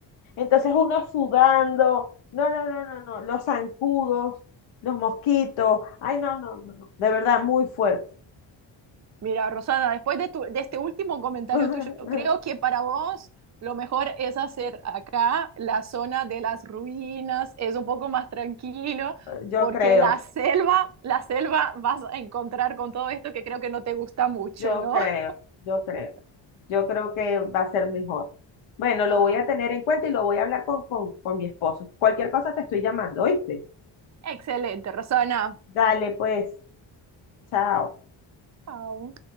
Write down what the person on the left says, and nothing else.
entonces uno sudando, no, no, no, no, no, los zancudos, los mosquitos, ay, no, no, no, no, de verdad, muy fuerte.
<laughs>
Yo
creo,
yo
creo,
yo creo, yo creo que va a ser mejor. Bueno,
lo voy a tener en cuenta y lo voy a hablar con, con, con mi esposo. Cualquier cosa te estoy llamando, ¿oíste?
Dale, pues, chao.